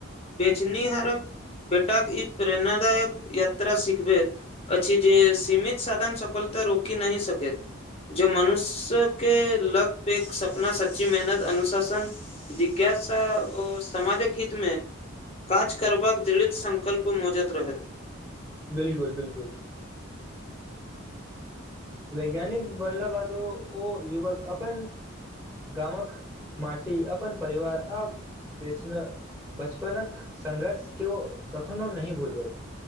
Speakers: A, on the left; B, in the centre.
A: बेचनीहारक बेटाक ई प्रेराादायक यात्रा सिखबयत अछि जे सीमित साधन सफल तऽ रोकी नहि सकेत। जो मनुष्यके लक प एक सपना सच्ची मेहनत अनुशासन जिज्ञासा ओ समामाजक हितमे काज करबाक दृढ़ित संङ्कल्प मौजैत रह
B: बिलकुल बिलकुल वैज्ञानिक बनला बादो ओ युवक अपन गामक माटी अपन परिवार आ बेचना बचपनक संघर्ष केओ कखनो नहि भूलबट